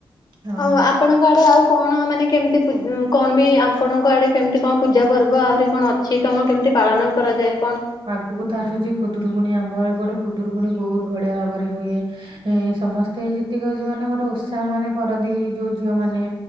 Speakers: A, on the right; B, on the left.
A: ହଁ।
B: ଆଓ ଆ ପଣଙ୍କ ଆଡ଼େ ଆଉ କଣ ମାନେ କେମିତି ପୁ କଣ ବି ଆପଣଙ୍କ ଆଡ଼େ କେମତି କଁ ପୂଜା ପର୍ବ ଆହୁରି କଣ ଅ ଛି ତମ କେମିତି ପାଳନ କରାଯାଏ କଣ?
A: ବହୁତ ଆସୁଚି ଖୁଦୁରୁକୁୁଣୀ ଆମର ଏପଟେ ଖୁଦୁରୁକୁୁଣିୀ ବହୁତ ବଢିଆ ଭାବରେ ହୁଏ ଏଁ ସମସ୍ ତେ ଯେତିକି ଯୋଉମାନେ ଆମର ଓଷା ମାନେ କରନ୍ତି ଯୋଉ ଝିଅ ମାନେ